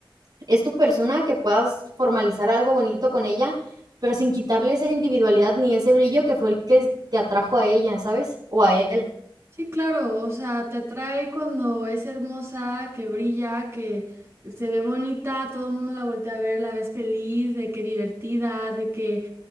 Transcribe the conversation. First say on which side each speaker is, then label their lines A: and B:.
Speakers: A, on the right (about 50°); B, on the right (about 30°).
A: es tu persona, que puedas formalizar algo bonito con ella, pero sin quitarle esa individualidad ni ese brillo que fue el que te atrajo a ella, ¿sabes? O a él.
B: Sí, claro, o sea, te atrae cuando es hermosa, que brilla, que se ve bonita, todo el mundo la voltea a ver, la ves feliz, de que divertida, de que...